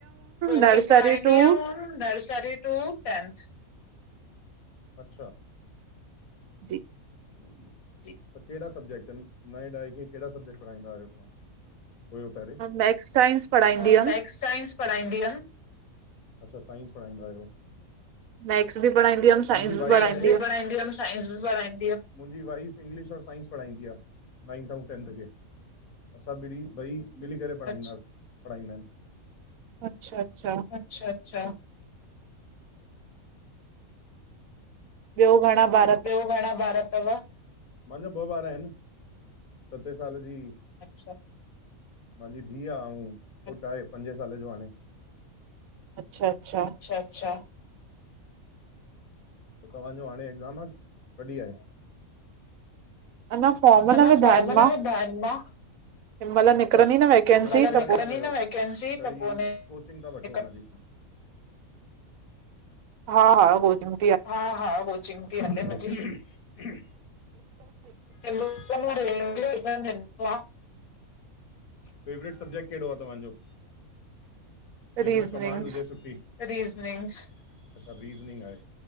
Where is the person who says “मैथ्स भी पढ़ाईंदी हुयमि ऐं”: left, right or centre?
Right